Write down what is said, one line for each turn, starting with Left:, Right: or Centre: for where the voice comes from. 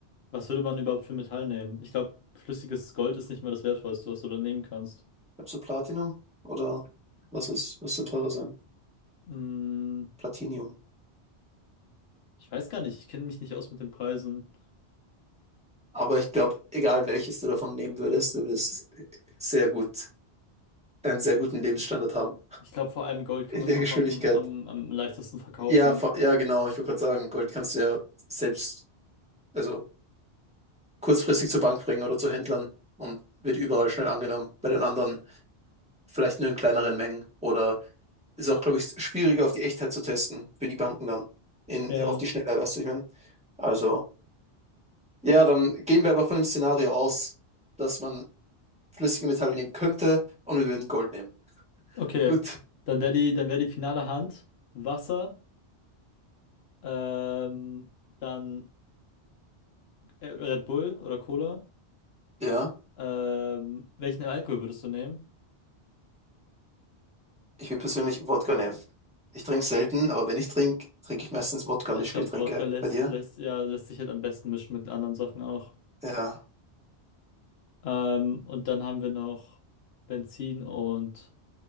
Left: Was würde man überhaupt für Metall nehmen? Ich glaube, flüssiges Gold ist nicht mehr das Wertvollste, was du da nehmen kannst.
Centre: Ich glaube, so Platinum oder was ist, was soll teurer sein?
Left: Hm,
Centre: Platinium.
Left: ich weiß gar nicht. Ich kenne mich nicht aus mit den Preisen.
Centre: Aber ich glaube, egal welches du davon nehmen würdest, du würdest sehr gut, einen sehr guten Lebensstandard haben.
Left: Ich glaube, vor allem Gold kann
Centre: In
Left: man
Centre: der
Left: auch
Centre: Geschwindigkeit.
Left: am, am, am leichtesten verkaufen.
Centre: Ja, vor- ja, genau. Ich wollte gerade sagen, Gold kannst du ja selbst, also kurzfristig zur Bank bringen oder zu Händlern und wird überall schnell angenommen. Bei den anderen vielleicht nur in kleineren Mengen oder ist auch, glaube ich, schwieriger auf die Echtheit zu testen für die Banken dann. In,
Left: Ja,
Centre: auf die Schnelle, weißt du, ich meine. Also, ja, dann gehen wir aber von dem Szenario aus, dass man flüssige Metalle nehmen könnte und wir würden Gold nehmen.
Left: okay.
Centre: Gut.
Left: Dann wäre die, dann wäre die finale Hand Wasser, ähm, dann äh, Red Bull oder Cola.
Centre: Ja,
Left: Ähm, welchen Alkohol würdest du nehmen?
Centre: ich will persönlich Wodka nehmen. Ich trinke selten, aber wenn ich trinke, trinke ich meistens Wodka-Mischgetränke.
Left: Ich glaube, Wodka lässt,
Centre: Bei dir?
Left: lässt, ja, lässt sich halt am besten mischen mit anderen Sachen auch.
Centre: Ja,
Left: Ähm, und dann haben wir noch Benzin und